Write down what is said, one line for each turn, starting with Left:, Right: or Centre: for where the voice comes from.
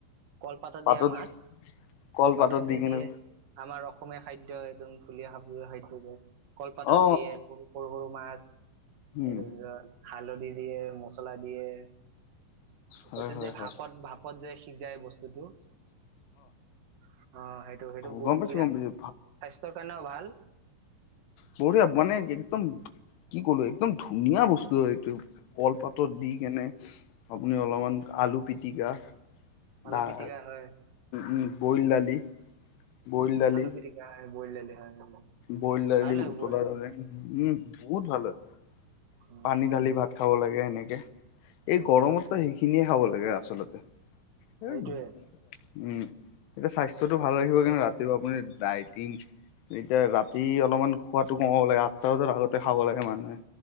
Right: কলপাতত
Left: পাতত
Right: দিয়া মাছ,
Left: কল
Right: কলপাতত
Left: পাতত দি
Right: যে
Left: কিনে
Right: দিয়ে। আমাৰ অসমীয়া খাদ্য একদম ধুনীয়া সাবজ খাদ্য যে কলপাতত
Left: অ
Right: দিয়ে। সৰু সৰু মাছ তাৰপিছত
Left: উম
Right: হালধি দিয়ে, মছলা দিয়ে। তাৰ
Left: হয়
Right: তাৰপিছত
Left: হয়
Right: যে
Left: হয়
Right: ভাপত ভাপত যে সিজায় বস্তুটো। অ' সেইটো টো সেইটো বহুত
Left: গম পাইছো
Right: বিৰাট
Left: গম পাইছো
Right: স্বাস্থ্যৰ কাৰণেও ভাল।
Left: বহুতে মানে একদম। কি কলো একদম ধুনীয়া বস্তু হয়, এইটো কলপাতৰ
Right: উম
Left: দি কেনে। আপুনি অলপমান আলু পিটিকা
Right: আলু
Left: তাৰ
Right: পিটিকা হয়
Left: উ বইল দালি। বইল দালি,
Right: আলু পিটিকা হয় বইল দালি হয় হয়।
Left: বইল দালি
Right: ভাল হয়
Left: উতলা
Right: বইল মাছ।
Left: দালে উম। বহুত ভালে হয়।
Right: উম
Left: পানী ঢালি ভাত খাব লাগে এনেকে। এই
Right: উম
Left: গৰমতো সেইখিনিয়ে খাব লাগে আচলতে। উম,
Right: সেইটোয়ে
Left: এতিয়া স্বাস্থ্যটো
Right: অ
Left: ভাল ৰাখিব কাৰণে ৰাতি আপুনি দাইটিং এতিয়া ৰাতি অলপমান খোৱাটো কমাব লাগে আঠটা বজাৰ আগত খাব লাগে মানুহে।